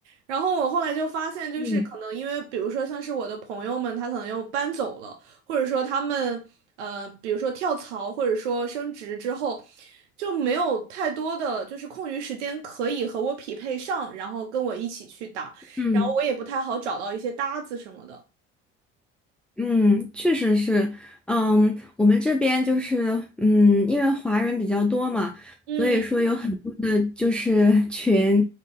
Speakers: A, on the right; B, in the centre.
A: 然后我后来就发现，就是可能因为，
B: 嗯，
A: 比如说像是我的朋友们，他可能又搬走了。或者说他们呃，比如说跳槽或者说升职之后，就没有太多的就是空余时间可以和我匹配上，然后跟我一起去打，
B: 嗯。
A: 然后我也不太好找到一些搭子什么的。
B: 嗯，确实是，嗯，我们这边就是，嗯，因为华人比较多嘛，
A: 嗯
B: 所以说有很多的就是 <laughs> 群，